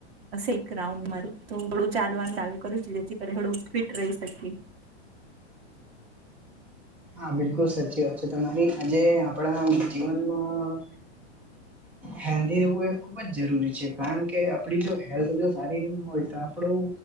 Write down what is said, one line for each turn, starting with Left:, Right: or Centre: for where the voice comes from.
Right: એક રાઉન્ડ મારું તો થોડું ચાલવાનું ચાલુ કરું છું જેથી કરી થોડું ફિટ રહી શકીએ.
Centre: હા બિલકુલ સાચી વાત છે તમારી આજે આપણા જીવનમાં
Right: <inaudible>
Centre: હેલ્ધી રહેવું એ ખુબ જ જરૂરી છે કારણ કે આપડી જો હેલ્થ જો સારી નહીં હોય તો આપણું